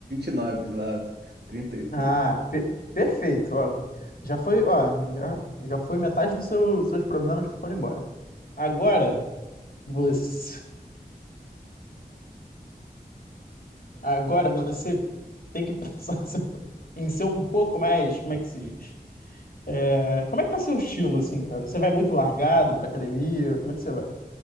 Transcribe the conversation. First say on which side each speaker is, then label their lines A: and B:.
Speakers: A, on the right; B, on the left.
A: nove sei lá, 32.
B: Ah, pe- perfeito. Ó, já foi, ó, já, já foi metade dos seu- seus problemas foram embora. Agora, você. Agora você tem que <laughs> pensar seu- em ser um pouco mais, como é que se diz? É, como é que tá seu estilo, assim, cara? Você vai muito largado pra academia? Como é que você vai?